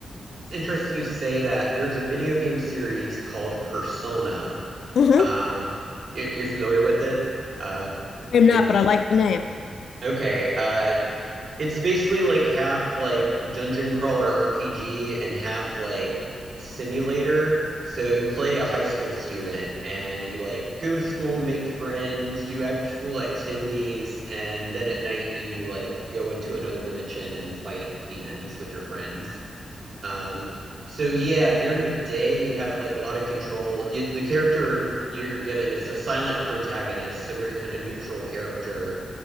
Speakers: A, on the right (about 50°); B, on the left (about 75°).
A: it's interesting you say that. There's a video game series called Persona.
B: Mm-hmm.
A: Um, you, you're familiar with it? Uh,
B: I'm not,
A: it's
B: but I like the name.
A: okay. Uh, It's basically like half like dungeon crawler RPG and half like simulator. So you play a high school student and you like go to school, make friends, do after school activities, and then at night you like go into another dimension and fight demons with your friends. Um, so yeah, during the day you have like a lot of control. You, the character you're given is a silent protagonist, a very kind of neutral character